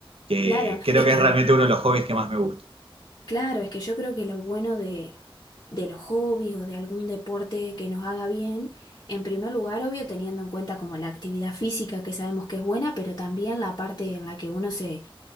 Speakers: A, on the right (about 80°); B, on the left (about 55°).
A: que
B: claro.
A: creo
B: Es
A: que
B: que,
A: es realmente uno de los hobbies que más me gusta.
B: claro, es que yo creo que lo bueno de, de los hobbies o de algún deporte que nos haga bien, en primer lugar, obvio, teniendo en cuenta como la actividad física que sabemos que es buena, pero también la parte en la que uno se,